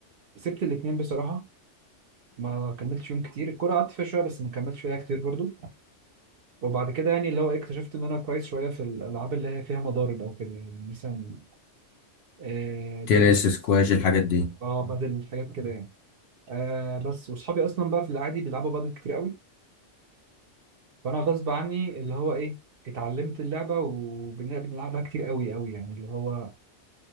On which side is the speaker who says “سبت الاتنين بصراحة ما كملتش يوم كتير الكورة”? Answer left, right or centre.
Right